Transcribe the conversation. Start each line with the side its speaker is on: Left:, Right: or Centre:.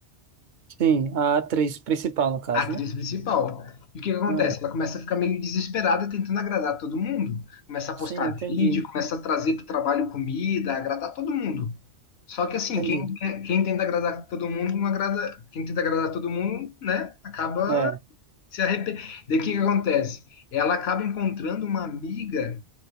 Right: Sim, a atriz principal, no caso,
Left: a atriz
Right: né?
Left: principal. E o que que acontece?
Right: Ah,
Left: Ela começa a ficar meio desesperada tentando agradar todo mundo. Começa a postar
Right: sim, entendi.
Left: vídeo, começa a trazer para o trabalho comida, agradar todo mundo. Só que assim,
Right: Entendi.
Left: quem, quer- quem tenta agradar todo mundo, não agrada, quem tenta agradar todo mundo, né, acaba
Right: É,
Left: se arrependendo. Daí o que que acontece? Ela acaba encontrando uma amiga